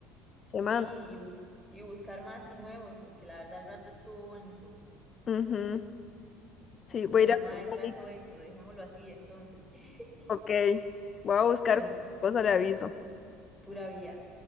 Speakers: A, on the left (about 35°); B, in the centre.
A: Semana.
B: sí, y, bus- y buscar más y nuevos, porque la verdad el rato estuvo bonito.
A: Ujú. Sí, voy
B: Bueno,
A: a ir a
B: mae,
A: buscar.
B: trato hecho, dejémoslo así entonces. <laughs>
A: Ok. Voy a buscar
B: Bueno,
A: cosa, le aviso.
B: pura vida.